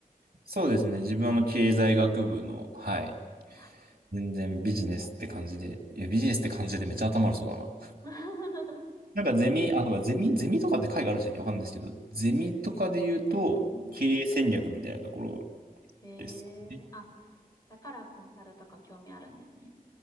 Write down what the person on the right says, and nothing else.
そうですね。自分はあの経済学部の、はい。
全然ビジネスって感じで、いやビジネスって感じでめっちゃ頭悪そうだな。
なんかゼミ、あ、とかゼミ、ゼミとかって会があるんでしたっけわかんないですけど、ゼミとかで言うと経営戦略みたいなところ
ですかね。